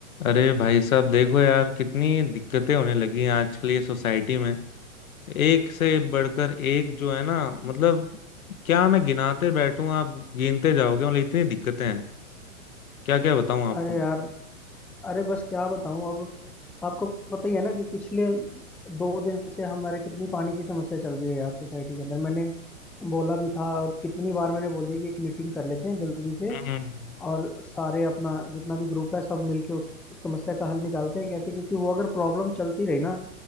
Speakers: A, on the left; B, in the centre.
A: अरे भाई साहब देखो यार कितनी दिक्कतें होने लगी हैं आजकल ये सोसाइटी में एक से बढ़कर एक जो है ना मतलब क्या मैं गिनाते बैठूं आप गिनते जाओगे मतलब इतनी दिक्कतें हैं क्या क्या बताऊं आपको
B: अरे
A: मैं
B: यार अरे बस क्या बताऊं अब आपको पता ही है ना कि पिछले दो दिन से हमारे कितनी पानी की समस्या चल रही है यार सोसाइटी के अंदर मैंने बोला भी था और कितनी बार मैंने बोली कि एक मीटिंग कर लेते हैं जल्दी से
A: हम्म
B: और सारे अपना जितना भी ग्रुप है सब मिलके उस समस्या का हल निकालते हैं कैसे क्योंकि वो अगर प्रॉब्लम चलती रही ना